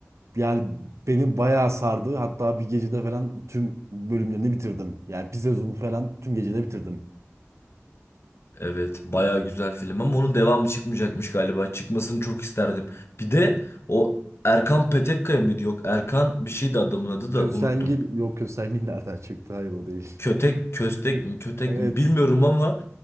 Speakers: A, on the right (about 70°); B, on the left (about 55°).
A: Yani beni bayağı sardı. Hatta bir gecede falan tüm bölümlerini bitirdim. Yani bir sezonu falan tüm gecede bitirdim.
B: Evet baya güzel film ama onun devamı çıkmayacakmış galiba. Çıkmasını çok isterdim. Bir de o Erkan Petekkaya mıydı? Yok Erkan bir şeydi adamın adı da
A: Köstengil
B: unuttum.
A: yok Köstengil nereden çıktı? Hayır o değil. <laughs>
B: Kötek köstek
A: Kö-
B: mi kötek
A: Evet.
B: mi bilmiyorum ama